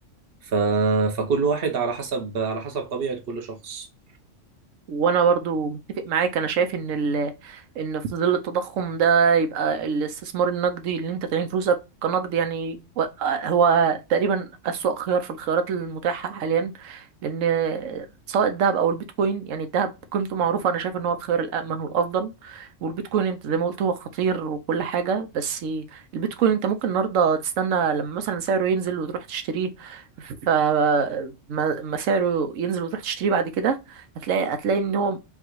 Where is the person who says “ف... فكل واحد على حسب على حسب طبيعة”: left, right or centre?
Right